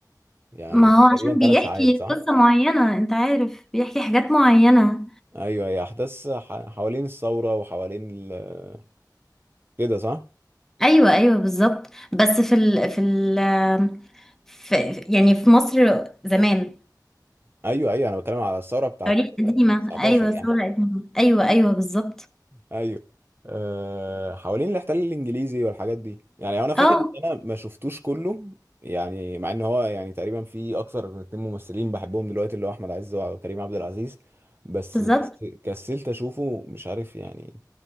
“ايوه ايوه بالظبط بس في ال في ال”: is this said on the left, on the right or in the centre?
Centre